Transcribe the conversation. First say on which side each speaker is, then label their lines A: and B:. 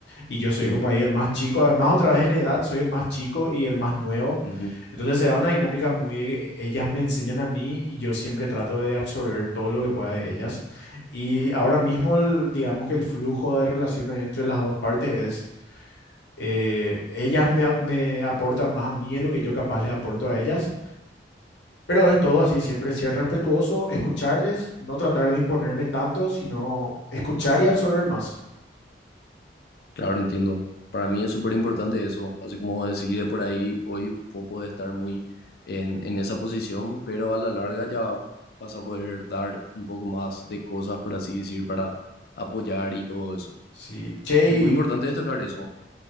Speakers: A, on the left; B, on the left.
A: y yo soy
B: Sí.
A: como ahí el más chico. Además, otra vez en edad, soy el más chico y el más nuevo.
B: Ujú.
A: Entonces se da una dinámica muy... de que Ellas me enseñan a mí y yo siempre trato de absorber todo lo que pueda de ellas. Y ahora mismo, el- digamos que el flujo de relación ahí entre las dos partes es... eh, ellas me, a- me aportan más a mí de lo que yo capaz les aporto a ellas pero es todo así, siempre ser respetuoso, escucharles, no tratar de imponerme tanto, sino escuchar y absorber más.
B: Claro, entiendo. Para mí es súper importante eso. Así como decís de por ahí, hoy vos podés estar muy en, en esa posición, pero a la larga ya vas a poder dar un poco más de cosas, por así decir, para apoyar y todo eso.
A: Sí, che,
B: Es
A: y,
B: muy importante destacar eso.